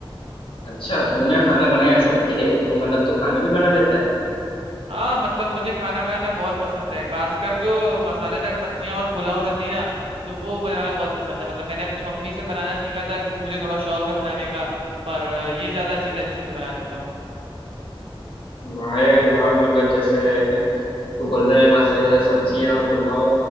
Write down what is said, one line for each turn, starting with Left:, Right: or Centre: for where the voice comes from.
Left: अच्छा तुमने खाना बनाया है सबके लिए तो मतलब तू खाना भी बना देता है
Right: हाँ मतलब मुझे खाना बनाना बहुत पसंद है खासकर जो मसालेदार सब्जियां और पुलाव रहती है ना तो वो बनाना बहुत पसंद है मतलब मैंने अपनी मम्मी से बनाना सीखा था क्योंकि मुझे थोड़ा शौक है बनाने का पर ये ज्यादा चीजें अच्छे से बना लेता हूँ
Left: वाह यार वाह मतलब जैसे <laughs> तू बोल रहा है मसाला सब्जियाँ पुलाव